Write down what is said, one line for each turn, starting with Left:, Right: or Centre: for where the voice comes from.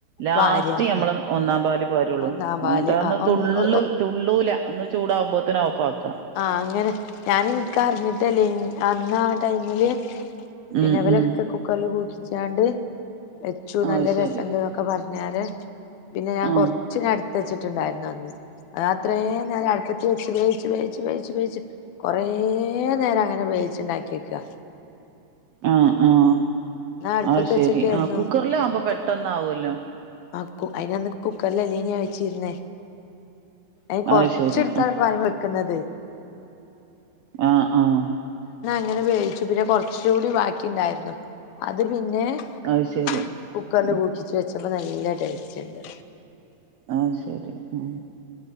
Right: ലാസ്റ്റ്
Left: പാരാ
Right: നമ്മൾ ഒന്നാം പാല് വരുള്ളൂ
Left: ഒന്നാം പാല്
Right: എന്നിട്ട് അന്ന്
Left: ആ ഒന്ന്
Right: തുള്ളള്
Left: ഒ ഒ
Right: തുള്ളൂല അന്ന് ചൂടാകുമ്പോത്തേനെ ഓഫ് ആക്കും
Left: ആഹ അങ്ങനെ ഞാൻ ഇനിക്ക അറിഞ്ഞിട്ടല്ലേനീ അന്ന ആ ടൈമില് പിന്നെവലൊക്കെ
Right: ഉം ഉം
Left: കുക്കറിൽ കുൂക്കിച്ചാണ്ട് വച്ചു
Right: അത്
Left: നല്ല
Right: ശരി
Left: രസമുണ്ട് എന്നൊക്കെ പറഞ്ഞു ഞന് പിന്നെ ഞാൻ
Right: ആഹ്
Left: കൊറച്ചിന എടുത്തു വെച്ചിട്ടുണ്ടായിരുന്നു അന്ന് അത് അത്രയും നേരം അടുപ്പത്തി വെച്ച് വേച്ച് വേച്ച് വേച്ച് വേച്ച് കൊറ കുറെ നേരം അങ്ങനെ വേവിച്ച് ഉണ്ടാക്കിയിരിക്കുവാ
Right: മ്മ് മ്മ്
Left: അടുപ്പത്ത്
Right: അത് ശരി
Left: വെച്ചൊക്കെയായിരുന്നു
Right: ആ കുക്കറില ആവുമ്പോ പെട്ടന് ആവുല്ലോ
Left: ആ അയിനന്ന് കുക്കറൽല്ലീന വച്ചിരുന്നേ അ കൊറച്എടുത്ത
Right: അത് ശരി
Left: പാൽ വെക്കുന്നത്
Right: ആഹ ആഹ
Left: ഇങ്ങനെ വേവിച്ചു പിന്നെ കുറച്ച കൂടി ബാക്കിണ്ടായിരുന്നു അത് പിന്നെ പിന്നെ
Right: അത് ശരി
Left: കുക്കറില്
Right: ഉം
Left: പൂക്കി വെച്ചപ്പോ നല്ല ടേസ്റ്റ് ഉണ്ട്
Right: ആത് ശരി ഉ